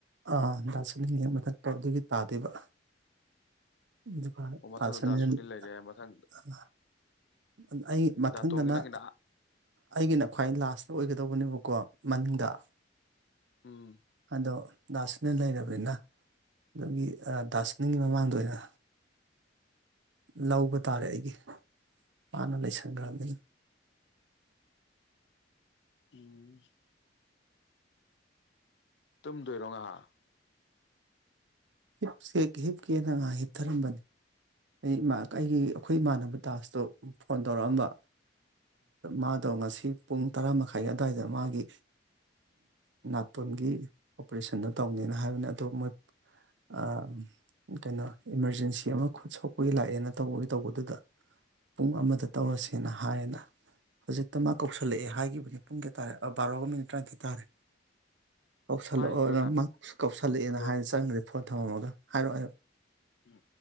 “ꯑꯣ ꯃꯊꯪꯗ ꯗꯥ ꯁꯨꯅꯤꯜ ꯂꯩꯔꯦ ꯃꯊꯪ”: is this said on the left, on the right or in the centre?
Left